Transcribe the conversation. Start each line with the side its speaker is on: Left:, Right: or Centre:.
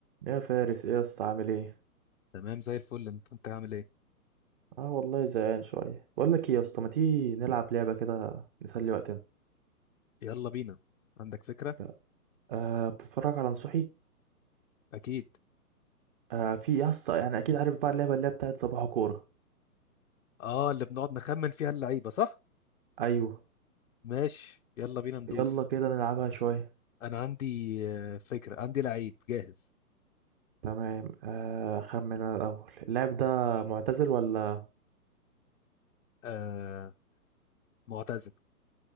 Right: يا فارس ايه يا اسطى عامل ايه
Left: تمام زي الفل انت انت عامل ايه
Right: اه والله زهقان شويه بقول لك ايه يا اسطى ما تيجي نلعب لعبه كده نسلي وقتنا
Left: يلا بينا عندك فكرة
Right: لا. آه بتتفرج على نصوحي
Left: اكيد
Right: آه في يا اسطى يعني اكيد عارف بقى اللعبه اللي هي بتاعت صباح كوره
Left: اه اللي بنقعد نخمن فيها اللعيبة صح
Right: ايوه
Left: ماشي يلا بينا ندوس
Right: يلا كده نلعبها شويه
Left: انا عندي آه، فكرة عندي لعيب جاهز
Right: تمام آه خمن انا الاول اللاعب ده معتزل ولا
Left: آه معتزل